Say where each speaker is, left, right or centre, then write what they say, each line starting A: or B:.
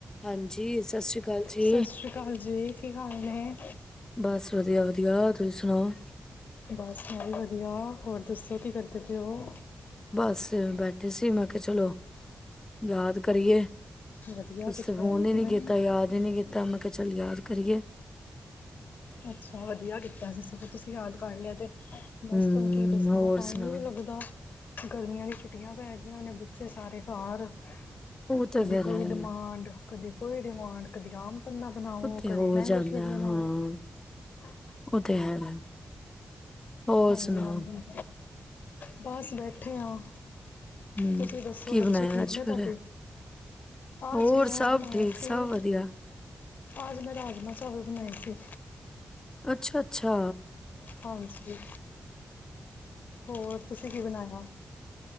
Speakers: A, on the left; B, on the left.
A: ਹਾਂਜੀ, ਸਤਿ ਸ੍ਰੀ ਅਕਾਲ ਜੀ।
B: ਸਤਿ ਸ਼੍ਰੀ ਅਕਾਲ ਜੀ ਕੀ ਹਾਲ ਨੇ
A: ਬਸ ਵਧੀਆ-ਵਧੀਆ, ਤੁਸੀਂ ਸੁਣਾਓ
B: ਬਸ ਮੈਂ ਵੀ ਵਧੀਆ ਹੋਰ ਦੱਸੋ ਕੀ ਕਰਦੇ ਪਏ ਹੋ
A: ਬਸ ਬੈਠੇ ਸੀ ਮੈਂ ਕਿਹਾ ਚਲੋ ਯਾਦ ਕਰੀਏ
B: ਵਧੀਆ
A: ਤੁਸੀਂ
B: ਕੀਤਾ
A: ਫੋਨ
B: ਹੈ
A: ਹੀ
B: ਕਿਵੇਂ
A: ਨੀ ਕੀਤਾ ਯਾਦ ਹੀ ਨੀ ਕੀਤਾ ਤਾਂ ਮੈਂ ਕਿਹਾ ਚੱਲ ਯਾਦ ਕਰੀਏ
B: ਅੱਛਾ ਵਧੀਆ ਕੀਤਾ ਸੀ ਸਗੋਂ ਤੁਸੀਂ ਯਾਦ ਕਰ ਲਿਆ ਤੇ ਬਸ
A: ਹੂੰ,
B: ਤੁਹਾਨੂੰ ਕੀ ਦੱਸਣਾ
A: ਹੋਰ
B: ਟਾਈਮ
A: ਸੁਣਾ?
B: ਹੀ ਨਹੀਂੀ ਲੱਗਦਾ ਗਰਮੀਆਂ ਦੀ ਛੁੱਟੀਆਂ ਪੈ ਜ ਹੋਣੇ ਬੁੱਚੇ ਸਾਰੇ ਘਰ
A: ਉਹ ਤੇ
B: ਕਦੀ
A: ਫੇਰ
B: ਕੋਈ
A: ਹੈ,
B: ਡਿਮਾਂਡ ਕਦੀ ਕੋਈ ਡਿਮਾਂਡ ਕਦੀ ਆਪ ਪੰੰਨਾ ਬਣਾਓ
A: ਉਹ ਤੇ
B: ਕਦੇ
A: ਹੋ
B: ਮੈਂਗੋ
A: ਜਾਂਦਾ
B: ਸ਼ ਦੇ <unintelligible>
A: ਹਾਂ। ਉਹ ਤੇ ਹੈ <unintelligible> ਹੋਰ
B: ਹਾਂਜੀ
A: ਸੁਣਾਓ?
B: ਹਾਂਜੀ ਬਸ ਬੈਠੇ ਹਾਂ
A: ਹੂੰ,
B: ਤੁਸੀਂ ਦੱਸੋ
A: ਕੀ
B: ਬੱਚੇ
A: ਬਣਾਇਆ
B: ਠੀਕ
A: ਅੱਜ
B: ਨੇ
A: ਫਿਰ?
B: ਤੁਹਾਡੇ?
A: ਹੋਰ
B: ਅੱਜ ਮੈਂ
A: ਸਭ
B: ਬਣਾਏ
A: ਠੀਕ, ਸਭ
B: ਸੀ
A: ਵਧੀਆ।
B: ਅੱਜ ਮੈਂ ਰਾਜਮਾਂ ਚਾਵਲ ਬਣਾਏ ਸੀ।
A: ਅੱਛਾ ਅੱਛਾ
B: ਹਾਂਜੀ ਹੋਰ ਤੁਸੀ <unintelligible> ਕੀ ਬਣਾਇਆ?